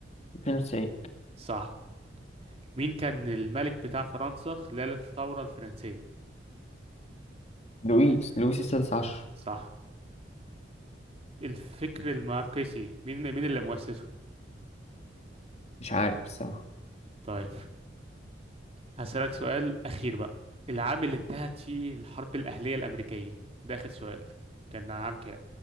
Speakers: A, on the left; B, on the right.
A: اتنين وتسعين
B: صح مين كان الملك بتاع فرنسا خلال الثورة الفرنسية
A: لويس لويس السادس عشر
B: صح الفكر الماركسي مين مين اللي مؤسسه
A: مش عارف الصراحة
B: طيب هسألك سؤال أخير بقى العام اللي انتهت فيه الحرب الأهلية الأمريكية ده آخر سؤال كان عام كام